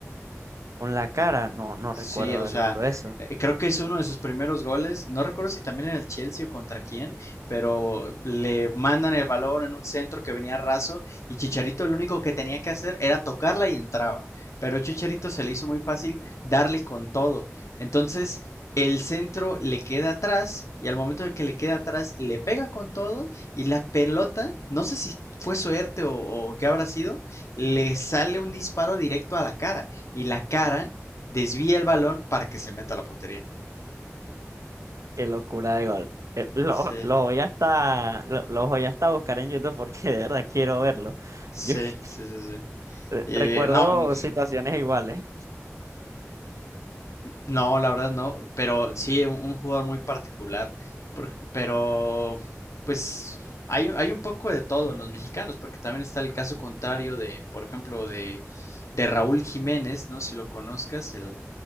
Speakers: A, on the right (about 80°); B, on the left (about 70°).
A: Con la cara, no, no
B: Sí,
A: recuerdo
B: o
A: haber
B: sea,
A: visto eso.
B: eh, creo que es uno de sus primeros goles. No recuerdo si también era el Chelsea o contra quién, pero le mandan el balón en un centro que venía raso y Chicharito lo único que tenía que hacer era tocarla y entraba. Pero a Chicharito se le hizo muy fácil darle con todo. Entonces, el centro le queda atrás y al momento de que le queda atrás le pega con todo y la pelota, no sé si fue suerte o, o qué habrá sido, le sale un disparo directo a la cara y la cara desvía el balón para que se meta a la portería.
A: Qué locura de gol. Eh, Lo,
B: Sí,
A: lo voy hasta, lo, lo voy hasta a buscar en YouTube porque de verdad quiero verlo.
B: sí,
A: Yo
B: sí, sí. sí.
A: <laughs> re-
B: Eh,
A: recuerdo
B: no,
A: situaciones iguales.
B: no, la verdad no, pero sí, un, un jugador muy particular, por- pero pues hay, hay un poco de todo en los mexicanos, porque también está el caso contrario de, por ejemplo, de, de Raúl Jiménez, ¿no? Si lo conozcas, el,